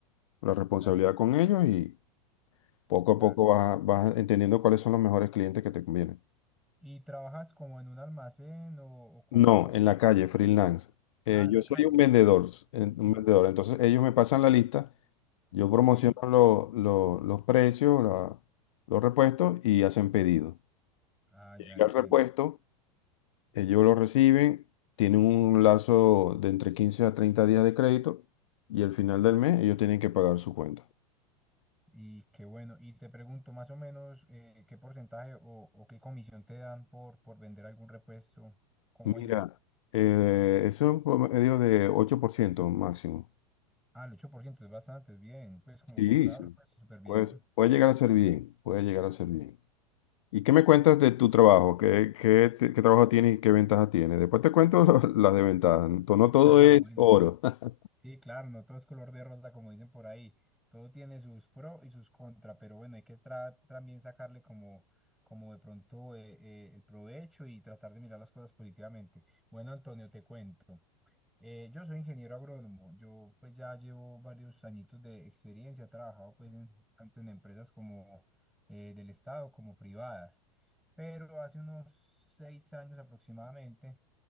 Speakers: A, on the left; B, in the centre.
A: la responsabilidad
B: De la gente,
A: con ellos y poco
B: claro.
A: a poco vas, vas entendiendo cuáles son los mejores clientes que te convienen.
B: ¿Y trabajas como en un almacén o, o como...
A: No, en la calle, freelance. Eh,
B: Ah, en
A: yo
B: la
A: soy
B: calle.
A: un vendedor, eh,
B: Sí,
A: un vendedor. Entonces ellos me pasan la lista, yo promociono
B: sí.
A: lo- lo- los precios, la- los repuestos y hacen pedido.
B: Ah,
A: Llega
B: ya entiendo.
A: el repuesto, ellos lo reciben, tienen un lazo de entre 15 a 30 días de crédito y al final del mes ellos tienen que pagar su cuenta.
B: Y qué bueno. Y te pregunto más o menos eh, qué porcentaje o, o qué comisión te dan por, por vender algún repuesto. ¿Cómo
A: Mira,
B: es eso?
A: eh, eso es un promedio de 8% máximo.
B: Ah, el 8% es bastante, es bien. Pues como
A: Sí,
B: por cada
A: sí.
B: repuesto, súper bien.
A: Pues puede
B: <laughs>
A: llegar a ser bien, puede llegar a ser bien. ¿Y qué me cuentas de tu trabajo? ¿Qué, qué, te- qué trabajo tienes y qué ventajas tienes? Después te cuento <laughs> lo- las desventajas. No no todo
B: Ah,
A: es
B: bueno.
A: oro. <laughs>
B: Sí, claro, no todo es color de rosa, como dicen por ahí. Todo tiene sus pro y sus contra, pero bueno, hay que tra- también sacarle como, como de pronto eh, eh, el provecho y tratar de mirar las cosas positivamente. Bueno, Antonio, te cuento. Eh, yo soy ingeniero agrónomo. Yo pues ya llevo varios añitos de experiencia. He trabajado pues en- tanto en empresas como eh, del Estado como privadas. Pero hace unos seis años aproximadamente